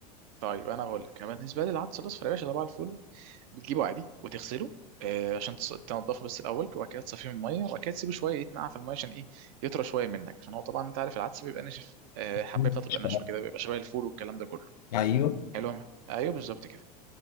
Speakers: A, on the right (about 55°); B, on the left (about 75°).
A: طيب انا بقول لك بالنسبه لي العدس الاصفر يا باشا طبعا الفل بتجيبه عادي وتغسله آه، عشان تص- تنضفه بس الاول وبعد كده تصفيه من الميه وبعد كده تسيبه شويه يتنقع في الميه عشان ايه يطرى شويه منك عشان هو طبعا انت عارف العدس بيبقى ناشف آه، الحبايه
B: مش
A: بتاعته بتبقى ناشفه
B: بعرف.
A: كده بيبقى شبه الفول والكلام ده كله
B: ايوه
A: حلو يا مان؟ ايوه بالظبط كده